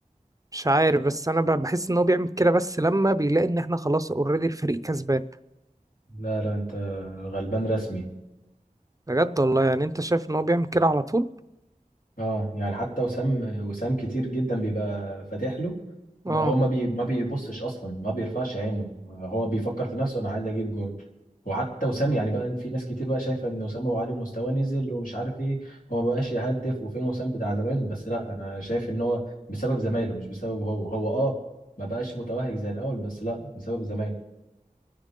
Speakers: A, on the right; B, on the left.
A: مش عارف بس انا ب- بحس ان هو بيعمل كده بس لما بيلاقي ان احنا خلاص اوريدي الفريق كسبان
B: لا لا انت غلبان رسمي
A: بجد والله يعني انت شايف ان هو بيعمل كده على طول
B: اه يعني حتى وسام وسام كتير جدا بيبقى فاتح له
A: اه
B: بقى هو ما بي ما بيبصش اصلا ما بيرفعش عينه هو بيفكر في نفسه انا عايز اجيب جون وحتى وسام يعني بقى في ناس كتير بقى شايفه ان وسام ابو علي مستواه نزل ومش عارف ايه هو ما بقاش يهدف وفين وسام بتاع زمان بس لا انا شايف ان هو بسبب زمايله مش بسبب هو هو اه ما بقاش متوهج زي الاول بس لا بسبب زمايله